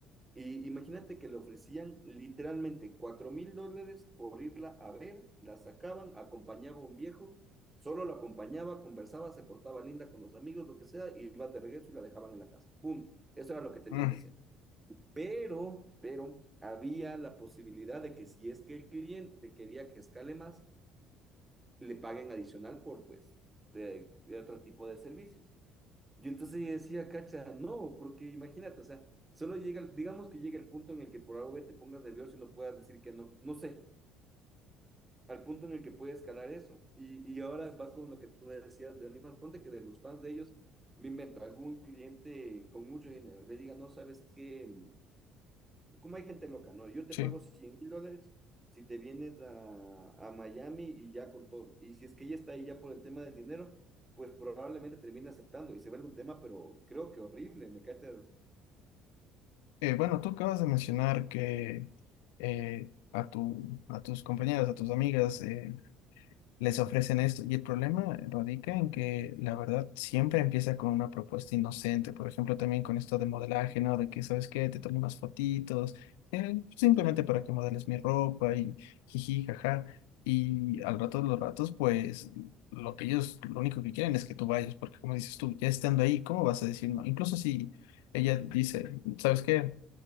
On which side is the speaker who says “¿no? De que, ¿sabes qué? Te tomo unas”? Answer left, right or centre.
Left